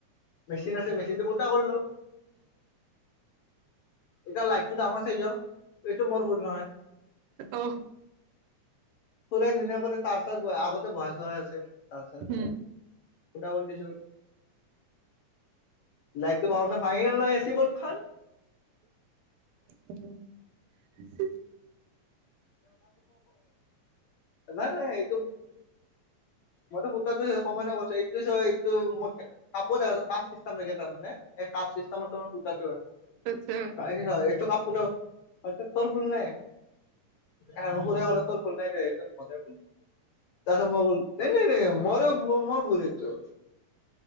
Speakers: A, on the left; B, on the right.
A: মেচিন আছে মেচিনটো ফুটা কৰিলো। এতিয়া লাইটটো ডাঙৰ চাইজৰ এইটো মোৰ ভুল নহয়।
B: অ
A: পুৰা ধুনীয়া কৰি তাৰপিছত আ আগতে বহাই থোৱা আছিল তাৰছত ফুটা
B: উম উম উম
A: কৰি দিছো। লাইটটো ভাঙোতে ভাঙি গল নহয় এ চি বড খন
B: উ হে
A: নাই নাই এইটো মইতো পুতেকটো হে সমানে কৈছো এইটো চ এইটো মোক কে কাপোৰ এটা কাপ চিষ্টেম লাগে তাৰ মানে এই কাপ চিষ্টেমত তোৰ কুটাটো হয়।
B: আচ্ছা।
A: <unintelligible> এইটো কাপোৰটো <unintelligible> তোৰ ভুল নাই। আৰু সুৰা কলে তোৰ ভুল নাই দে একদম মদ বুলি তাৰছ মই ক নাই নাই নাই মোৰে ভু মোৰ ভূল এইতো।